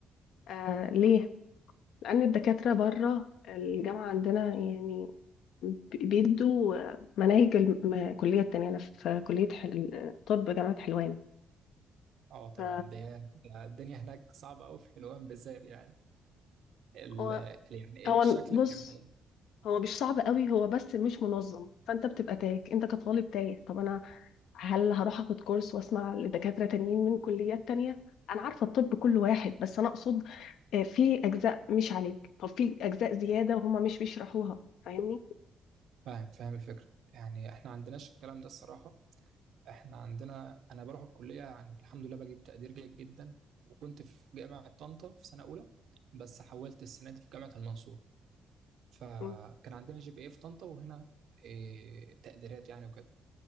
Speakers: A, on the left; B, on the right.
A: آه ليه لأن الدكاترة بره الجامعة عندنا يعني بي- بيدوا مناهج الكلية التانية أنا في كلية حل... طب جامعة حلوان
B: اه تمام
A: ف-
B: ده ده الدنيا هناك صعبة أوي في حلوان بالذات يعني ال
A: هو
B: يعني
A: هو
B: الشكل
A: بص
B: يعني
A: هو مش صعب قوي هو بس مش منظم فأنت بتبقى تايه أنت كطالب تايه طب أنا هل هروح أخد كورس وأسمع لدكاترة تانيين من كليات تانية أنا عارفة الطب كل واحد بس أنا أقصد آه، في أجزاء مش عليك طب في أجزاء زيادة وهما مش بيشرحوها فاهمني
B: فاهم فاهم الفكرة يعني احنا عندناش الكلام ده الصراحة احنا عندنا أنا بروح الكلية يعني الحمد لله بجيب تقدير جيد جدا وكنت في جامعة طنطا في سنة أولى بس حولت السنة دي في جامعة المنصورة فكان
A: مم.
B: عندنا جي بي اي في طنطا وهنا إيه تقديرات يعني وكده